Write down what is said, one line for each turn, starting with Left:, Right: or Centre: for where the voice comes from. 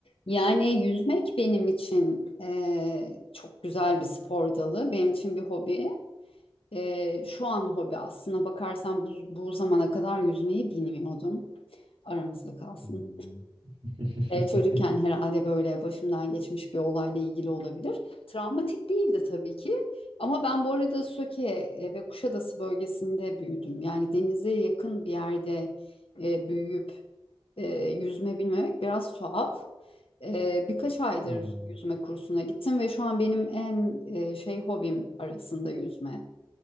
Left: Yani yüzmek benim için eee, çok güzel bir spor dalı. Benim için bir hobi. Eee, şu an hobi aslına bakarsan bu, bu zamana kadar yüzmeyi bilmiyordum. Aramızda kalsın.
Right: Hmm. <laughs>
Left: Eee, çocukken herhalde böyle başımdan geçmiş bir olayla ilgili olabilir. Travmatik değildi tabii ki. Ama ben bu arada Söke e, ve Kuşadası bölgesinde büyüdüm. Yani denize yakın bir yerde e, büyüyüp e, yüzme bilmemek biraz tuhaf. Ee, birkaç aydır
Right: Hmm.
Left: yüzme kursuna gittim ve şu an benim en e, şey hobim arasında yüzme.